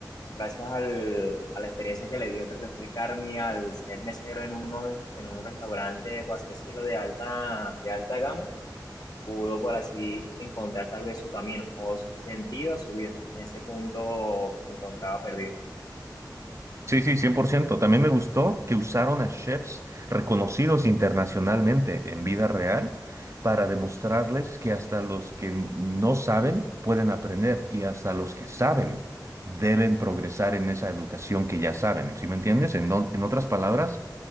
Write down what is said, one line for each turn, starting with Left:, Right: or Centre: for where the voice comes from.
Left: gracias al, a la experiencia que le dio, creo que fue Carmi al ser mesero en, uno, de- en un restaurante, por así decirlo, de alta, de alta gama, pudo por así encontrar tal vez su camino o sentido a su vida en ese punto que se encontraba perdido.
Right: Sí, sí, 100%. También me gustó que usaron a chefs reconocidos internacionalmente en vida real para demostrarles que hasta los que no saben pueden aprender y hasta los que saben deben progresar en esa educación que ya saben. ¿Sí me entiendes? En, o- en otras palabras,